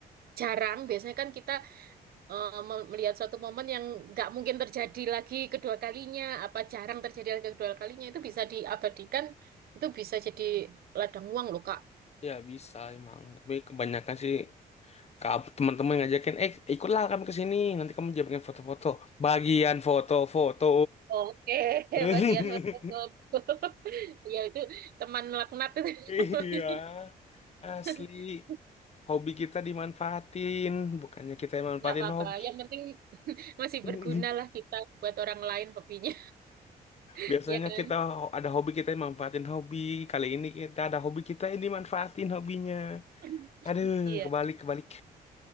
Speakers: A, on the right; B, on the left.
A: jarang, biasanya kan kita eh, me- melihat suatu momen yang nggak mungkin terjadi lagi kedua kalinya, apa jarang terjadi lagi kedua kalinya itu bisa diabadikan, itu bisa jadi ladang uang loh Kak.
B: ya bisa emang. Tapi kebanyakan sih Kamu teman-teman ngajakin, eh ikutlah kami ke sini, nanti kamu jamin foto-foto. Bagian foto-foto.
A: Oke, <laughs>
B: <laughs>
A: bagian tertutup. <laughs> Ya itu teman melaknat itu
B: Iya,
A: namanya.
B: asli.
A: <laughs>
B: Hobi kita dimanfaatin, bukannya kita yang manfaatin
A: Nggak apa-apa.
B: hobi.
A: Yang penting masih
B: <laughs>
A: berguna lah kita buat orang lain hobinya, <laughs>
B: Biasanya
A: ya kan?
B: kita ho- ada hobi kita yang manfaatin hobi. Kali ini kita ada hobi kita yang dimanfaatin hobinya.
A: <laughs>
B: Aduh,
A: Iya.
B: kebalik kebalik.